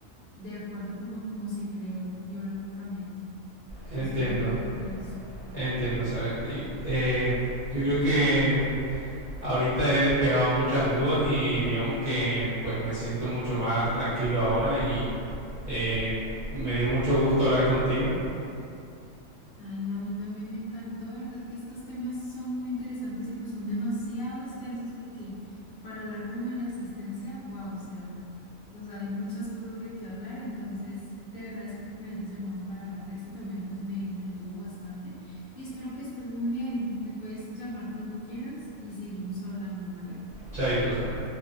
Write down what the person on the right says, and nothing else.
Entiendo,
entiendo, ¿sabes? Y, eh, yo creo que ahorita he despejado muchas dudas y digamos que pues me siento mucho más tranquilo ahora y eh, me dio mucho gusto hablar contigo.
Chaito, sale.